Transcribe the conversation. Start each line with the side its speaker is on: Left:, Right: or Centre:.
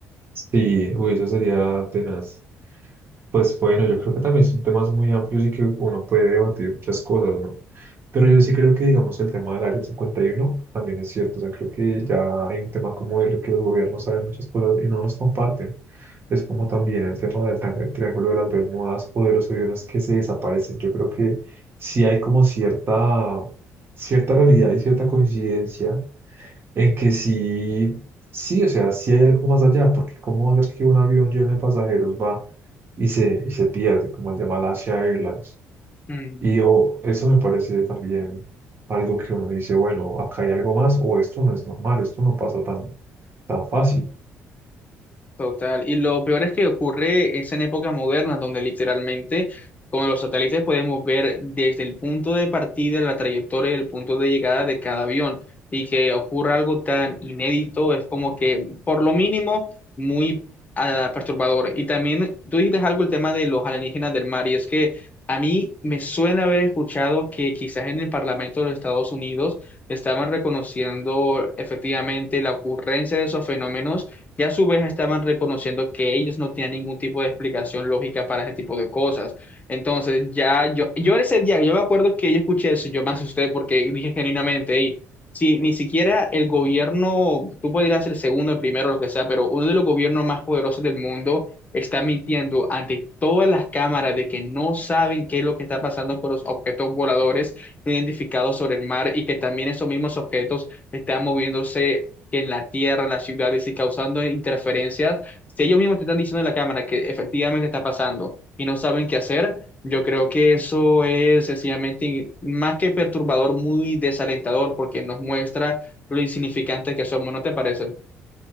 Right: Sí, uy, eso sería tenaz. Pues bueno, yo creo que también son temas muy amplios y que uno puede debatir muchas cosas, ¿no? Pero yo sí creo que, digamos, el tema del Área 51 también es cierto. O sea, creo que ya hay un tema como de lo que los gobiernos saben muchas cosas y no nos comparten. Es como también el tema del tang- Triángulo de las Bermudas o de los aviones que se desaparecen. Yo creo que sí hay como cierta, cierta realidad y cierta coincidencia en que sí, sí, o sea, sí hay algo más allá, porque ¿cómo va a ser que un avión lleno de pasajeros va y se, y se pierde, como el de Malaysia Airlines?
Left: Mm,
Right: Y o eso me parece también algo que uno dice, bueno, acá hay algo más, o esto no es normal, esto no pasa tan, tan fácil.
Left: Total. Y lo peor es que ocurre es en épocas modernas, donde literalmente con los satélites podemos ver desde el punto de partida, la trayectoria y el punto de llegada de cada avión. Y que ocurra algo tan inédito es como que, por lo mínimo, muy ah, perturbador. Y también tú dijiste algo el tema de los alienígenas del mar, y es que a mí me suena haber escuchado que quizás en el Parlamento de los Estados Unidos estaban reconociendo efectivamente la ocurrencia de esos fenómenos y a su vez estaban reconociendo que ellos no tenían ningún tipo de explicación lógica para ese tipo de cosas. Entonces, ya yo, yo ese día, yo me acuerdo que yo escuché eso, y yo me asusté porque dije genuinamente, "Ey, si ni siquiera el gobierno, tú podrías el segundo, el primero, lo que sea, pero uno de los gobiernos más poderosos del mundo está mintiendo ante todas las cámaras de que no saben qué es lo que está pasando con los objetos voladores identificados sobre el mar y que también esos mismos objetos están moviéndose que en la tierra, en las ciudades y si causando interferencias, si ellos mismos te están diciendo en la cámara que efectivamente está pasando y no saben qué hacer, yo creo que eso es sencillamente más que perturbador, muy desalentador porque nos muestra lo insignificantes que somos, ¿no te parece?